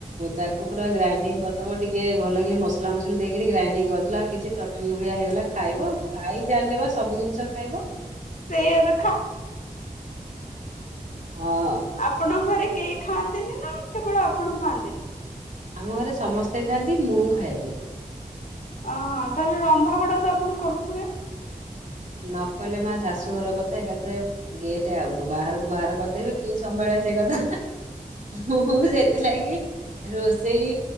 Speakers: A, on the right; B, on the left.
A: ତାକୁ ପୁରା ଗ୍ରାଇଣ୍ଡିଙ୍ଗ୍ କରିଦବ ଟିକେ ଭଲକି ମସଲାମସଲି ଦେଇକିରି ଗ୍ରାଇଡିଙ୍ଗ୍ ଗଦଲା କିଛି ଚଟନ୍ ଭଳିିଆ ହେଇଗଲା ଖାଇବ ଖାଇ ଚାଲିବା ସବୁ ଜିନିଷ ଖାଇବ
B: ସେଇଆ ତ
A: ହଁ
B: ଆପଣଙ୍କଘରେ କେ ଖାଆନ୍ତିନି ନା କେବଳ ଆପଣ ଖାଆନ୍ତିନି?
A: ଆମ ଘରେ ସମସ୍ତେ ଖାଆନ୍ତି ମୁଁ ଖାଏନି।
B: ଅଁଅଁ ତାହେଲେ ରନ୍ଧାବଢା ତ ଆପଣ କରୁଥିବେ?
A: ନ କଲେ ମାଆ ଶାଶୁଘର କଥା ଏକାଥରେ ଗେଟ୍ ଆଉଟ୍ ବାହାର ବାହାର କରିଦେବେ କିଏ ସମ୍ଭାଳେ ସେ କଥା ମୁଁ ସେଥିଲାଗି ରୋଷେଇ